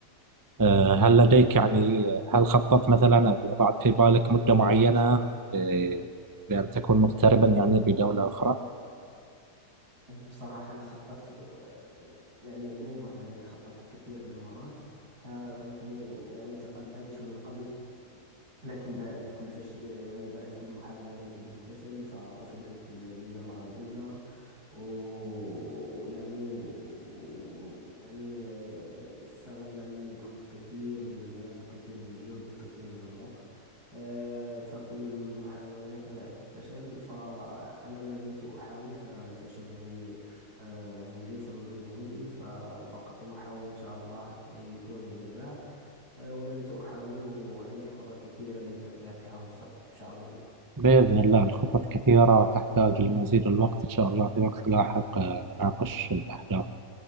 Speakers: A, on the right; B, on the right.
A: آه، هل لديك يعني هل خططت مثلا أو وضعت في بالك مدة معينة آه، لأن تكون مغتربا يعني في دولة أخرى؟
B: بصراحة أنا خططت آه، يعني مو مرة يعني خططت الكثير من المرات فكنت يعني تقدمت من قبل لكن بقت كل فش... يعني بقت كل محاولاتي بالفشل فرفضت ال- الفيزا المرة الأولى ويعني و... يعني آه، استغل مني الأمر كثير من المال والكثير من الجهد والكثير من الوقت آه، فكل المحاولات باءت بالفشل فأنا ما زلت أحاول فالفشل يعني آه، يعني ليس موجود عندي ففقط المحاولة إن شاء الله يكون النجاح آه، وما زلت أحاول وعندي خطط كثيرة لتطبيقها مستقبلا إن شاء الله
A: بإذن الله الخطط كثيرة تحتاج لمزيد الوقت إن شاء الله في وقت لاحق آه، نناقش الأهداف